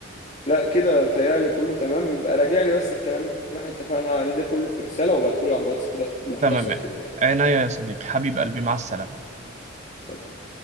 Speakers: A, on the left (about 35°); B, on the right (about 35°).
A: لا كده بتهيألي كله تمام بقى راجع لي بس الكلام اللي احنا اتفقنا عليه ده كله في رسالة وابعتهولي على الواتس كده اخت- مختصر
B: تمام
A: كده يعني
B: عناية يا صديقي حبيب قلبي مع السلامة
A: سلام